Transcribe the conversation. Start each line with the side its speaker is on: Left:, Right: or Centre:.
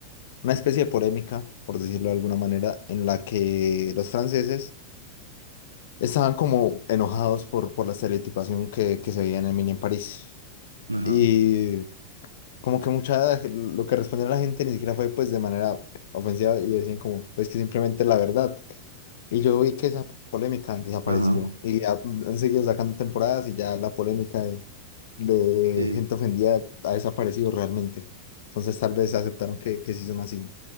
Left: una especie de polémica, por decirlo de alguna manera, en la que los franceses Estaban como enojados por, por la estereotipación que, que se veía en el mini en París.
Right: Ajá,
Left: Y como que mucha, lo que respondió la gente ni siquiera fue pues de manera ofensiva y decían como, pues que simplemente la verdad. Y yo vi que esa polémica desapareció
Right: ajá,
Left: y ya han seguido sacando temporadas y ya la polémica de, de
Right: sí,
Left: gente ofendida ha desaparecido realmente. Entonces tal vez aceptaron que, que sí son así.